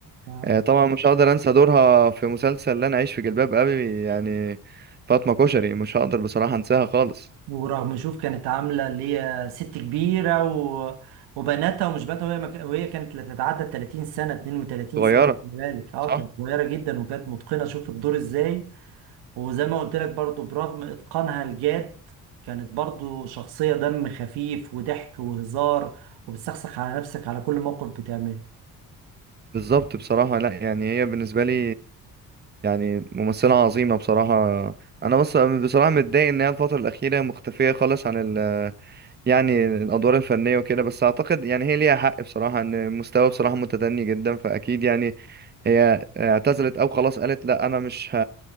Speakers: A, on the right; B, on the right.
A: يعني
B: آه طبعا مش هقدر انسى دورها في مسلسل لا انا عايش في جلباب ابي يعني فاطمة كشري مش هقدر بصراحة انساها خالص
A: ورغم شوف كانت عاملة اللي هي ست كبيرة و... وبناتها ومش بناتها وهي مك... وهي كانت لا تتعدى ال 30 سنة 32
B: صغيرة
A: سنة خلي بالك اه
B: صح
A: كانت صغيرة جدا وكانت متقنة شوف الدور ازاي وزي ما قلت لك برضو برغم إتقانها الجاد كانت برضو شخصية دم خفيف وضحك وهزار وبتسخسخ على نفسك على كل موقف بتعمله
B: بالظبط بصراحة لا يعني هي بالنسبة لي يعني ممثلة عظيمة بصراحة انا بس بصراحة متضايق ان هي الفترة الأخيرة مختفية خالص عن ال يعني الادوار الفنيه وكده بس اعتقد يعني هي ليها حق بصراحه ان مستوى بصراحه متدني جدا فاكيد يعني هي اعتزلت او خلاص قالت لا انا مش ه...